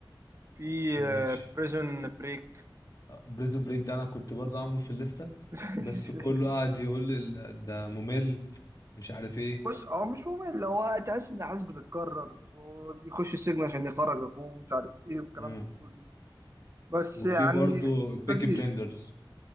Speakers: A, on the right (about 35°); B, on the left (about 45°).
A: في
B: ماشي
A: بريزون بريك
B: بريزون بريك ده انا كنت برضه عامله في الليسته
A: <laughs>
B: بس كله قاعد يقول لي ال- ده ممل مش عارف ايه
A: بص هو مش ممل اللي هو تحس ان احداث بتتكرر وبيخش السجن عشان يخرج اخوه مش عارف ايه والكلام
B: مم.
A: ده كله بس
B: وفي
A: يعني
B: برضه بيكي
A: لذيذ
B: بليندرز